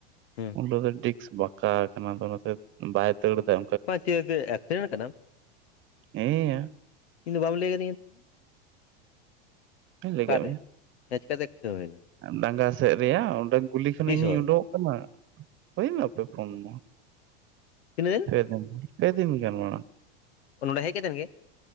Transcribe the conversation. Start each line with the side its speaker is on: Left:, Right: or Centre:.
Left: ᱦᱳᱸ
Right: ᱚᱸᱰᱮ ᱫᱚ ᱰᱤᱠᱥ ᱵᱟᱠᱟ ᱠᱟᱱᱟ ᱛᱚ ᱚᱱᱟᱛᱮ ᱵᱟᱭ ᱫᱟᱹᱲ ᱫᱟ᱾
Left: ᱯᱟᱪᱮ ᱵᱮ ᱮᱠᱥᱤᱰᱮᱱᱴ ᱠᱟᱱᱟᱢ?
Right: ᱦᱮᱸ ᱭᱟ᱾
Left: ᱤᱧ ᱫᱚ ᱵᱟᱢ ᱞᱟᱹᱭ ᱠᱟᱹᱫᱤᱧᱟᱹ ᱛᱚ᱾
Right: ᱞᱟᱹᱭ
Left: ᱚᱠᱟᱨᱮ
Right: ᱠᱟᱜ ᱢᱮ
Left: ᱦᱮᱸ ᱪᱤᱠᱟᱹᱛᱮ ᱮᱠᱥᱤᱰᱮᱱᱴ ᱦᱩᱭᱱᱟ
Right: ᱰᱟᱝᱜᱟ ᱥᱮᱜ ᱨᱮᱭᱟ ᱚᱸᱰᱮ ᱜᱩᱞᱤ ᱠᱷᱚᱱᱤᱧ
Left: ᱛᱤᱥ ᱦᱚᱸ
Right: ᱩᱰᱩᱝ ᱠᱟᱱᱟ ᱦᱩᱭᱩᱜ-ᱟ ᱯᱮ ᱯᱷᱳᱱ ᱢᱟ
Left: ᱤᱱᱟᱹ <unintelligible>
Right: ᱯᱮ ᱫᱤᱱ ᱯᱮ ᱫᱤᱱ ᱜᱟᱱ ᱢᱟᱲᱟᱝ᱾
Left: ᱱᱚᱰᱮ ᱦᱮᱡ ᱠᱟᱛᱮᱱ ᱜᱮ?